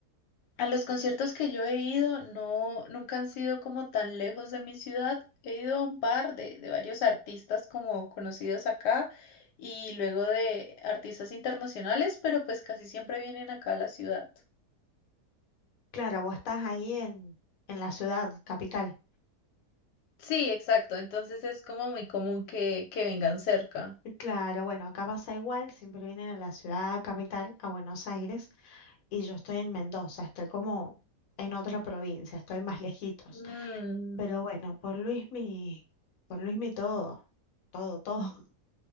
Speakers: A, on the left; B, on the left.
A: a los conciertos que yo he ido, no, nunca han sido como tan lejos de mi ciudad. He ido a un par de, de varios artistas como conocidos acá y luego de artistas internacionales, pero pues casi siempre vienen acá a la ciudad.
B: Claro, vos estás ahí en, en la ciudad capital.
A: Sí, exacto, entonces es como muy común que, que vengan cerca.
B: Y Claro, bueno, acá pasa igual, siempre vienen a la ciudad capital, a Buenos Aires, y yo estoy en Mendoza, estoy como en otra provincia, estoy más lejitos.
A: Mm.
B: Pero bueno, por Luismi, por Luismi todo, todo, todo. <laughs>